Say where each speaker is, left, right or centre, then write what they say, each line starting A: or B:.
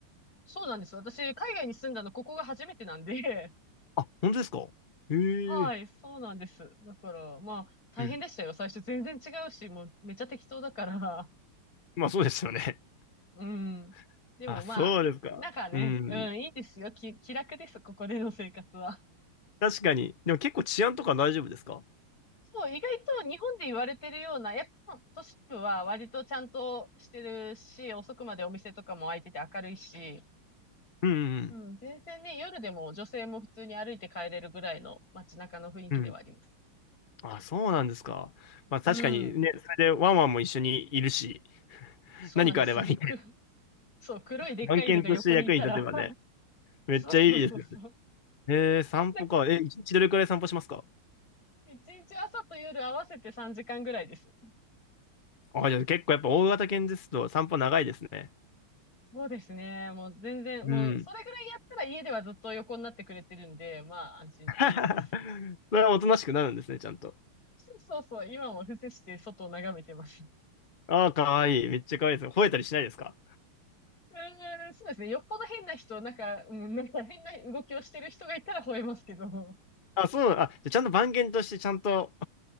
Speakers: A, on the left (about 40°); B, on the left (about 65°).
A: そうなんです。私、海外に住んだの、ここが初めてなんで、
B: あ、本当ですかへ
A: <laughs> はい、
B: え。
A: そうなんです。だから、まあ、大変でしたよ。
B: うん。
A: 最初全然違うし、もうめっちゃ適当だから。
B: まあそうですよね。
A: うん。
B: <laughs>
A: でもまあ、
B: あ、そうですか。
A: なんかね、
B: うん。
A: うん、いいですよ。き、気楽です、ここでの生活は。<laughs>
B: 確かに。でも結構治安とか大丈夫ですか
A: そう、意外と日本で言われてるような、やっぱ都市部は割とちゃんとしてるし、遅くまでお店とかも開いてて明るいし、
B: うんうん
A: うん、全然ね、夜でも女性も普通に歩いて帰れるぐらいの街中の雰囲気ではあります。
B: うん。うん。あ、そうなんですか。まあ確かにね、
A: うん。
B: それでワンワンも一緒にいるし、
A: そうなんです。
B: 何かあればね、
A: く、
B: <laughs>
A: そう、黒いでっかいのが横にいたら
B: 番犬として役に立てばね、
A: <laughs>
B: めっちゃいいです。
A: そうそうそうそう。
B: えー、散歩か。
A: なんか
B: え、一日どれくらい散歩しますか
A: 一日朝と夜合わせて3時間ぐらいです。
B: あ、じゃあ結構やっぱ大型犬ですと散歩長いですね。
A: そうですね。もう全然、
B: うん。
A: もうそれぐらいやったら家ではずっと横になってくれてるんで、まあ安心って感じです。
B: <laughs> それはおとなしくなるんですね、ちゃんと。
A: そうそうそう、今も伏せして外を眺めてます。
B: ああ、かわいい。めっちゃかわいいです。吠えたりしないですか
A: うーん、そうですね。よっぽど変な人、なんか、うん、なんか変な動きをしてる人がいたら吠えますけど。
B: あ、そうなあ、じゃあちゃんと番犬としてちゃんと